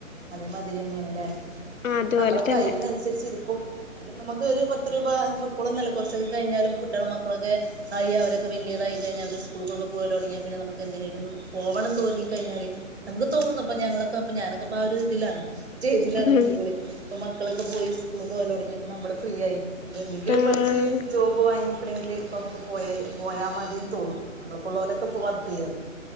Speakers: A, on the right; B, on the left.
A: അതേമാതിരി തന്നേണ്ല്ലേ. പിന്നെ
B: അതുപോലെ
A: നമ്മളെ
B: തന്നെ
A: കഴവിനൻസരിച്ച് ഇടുക്കും. എന്നാലും നമുക്ക് ഒരു പ ത്ത് രൂപ ഇപ്പളൊന്നു അല്ല. കൊറച്ചൊക്കെ കഴിഞ്ഞാലും കുട്ട്യാളും മക്കളൊക്കെ ആയി അവരൊക്കെ വല്യതായി കഴിഞ്ഞാ അവര് സ്കൂൾക്കൊക്കെ പോവല് തൊടങ്ങിയാ പിന്നെ നമക്ക് എന്തെങ്കിലും ഒന്ന് പോകണംന്ന് തോന്നിക്കഴിഞ്ഞാല് നമുക്ക് തോന്നും ഇപ്പൊ ഞങ്ങളൊക്കെ അപ്പ ഞാനൊക്കെപ്പാഒരു ഇതിലാണ് സ്റ്റേജിലാണ്
B: ഉം
A: മന്തിക്കോളി അപ്പ മക്കളൊക്കെ പോയി സ്കൂള്ക്കോവല് തൊടങ്ങി അപ്പോ നമ്മള് ഫ്രീ ആയി അപ്പൊ എന്തെങ്കിലും
B: ആഹ്
A: പഠിച്ച് ജോബ് വാങ്ങിക്ക്ണെങ്കിൽ ഇപ്പ നമുക്ക് പോയായി പോയാ മതിന്ന് തോന്നും. നമ്മളെപ്പള്ളോലൊക്കെ ഇപ്പൊ വർക്ക് ചെയ്യാണ്